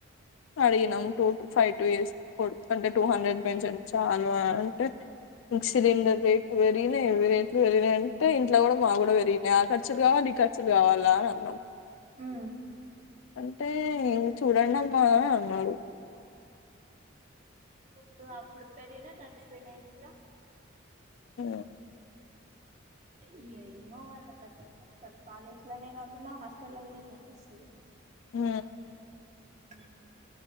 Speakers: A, on the left (about 75°); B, on the right (about 35°).
A: అడిగినం టూూ ఫైవ్ టూ ఇయర్స్ అంటే టూ హండ్రెడ్ పెంచండి చాలు అంటే స సిలింండర్ రెట్లు పెరిగి పెరిగినయి అవి రెట్లు పెరిగినయియంటే ఇంట్లో కూడా మాకు కూడా పెరిగినయి ఆ ఖర్చులు కావాలి ఈ ఖర్చులు కావాలా అని అన్నాం
B: హు
A: అంటే ఇంగ చూడండి అమ్మా అన్నాడు
B: నువ్వు అప్పుడు పెరిగిన తగ్గిపోయినాయి ఇ
A: ఉ
B: <inaudible> ఏమో వాళ్ళు అట్లా డ్రట్స్తారు కాలేజ్ లోనే కాకుండా హాస్టల్ లో కూడా డ్రట్ ఇస్తుంది
A: అ
B: ఉ